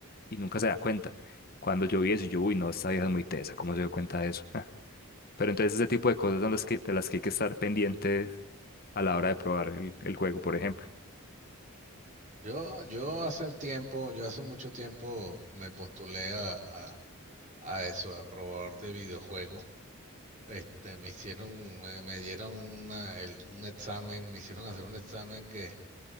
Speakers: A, on the left; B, on the right.
A: y nunca se da cuenta. Cuando yo vi eso, yo, uy, no, esta vieja es muy tesa, ¿cómo se dio cuenta de eso? Ah, Pero entonces ese tipo de cosas son las que, de las que hay que estar pendientes a la hora de probar el, el juego, por ejemplo.
B: Yo, yo hace tiempo, yo hace mucho tiempo me postulé a, a, a eso, a probador de videojuegos. Este, me hicieron, me, me dieron una, el- un examen, me hicieron hacer un examen que